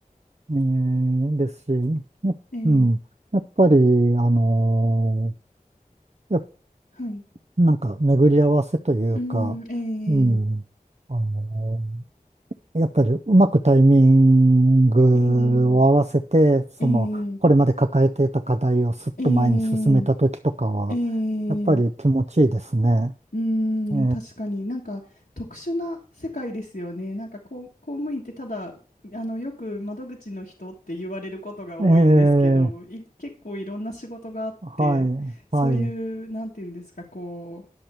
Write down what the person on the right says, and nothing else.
ねえーですし、やうん、
やっぱり、あのいや、
なんか巡り合わせというか、
うん、あのーやっぱりうまくタイミングを合わせて、
その、
これまで抱えていた課題をすっと前に進めた時とかは、
やっぱり気持ちいいですね。
え
えええ
はい、
はい、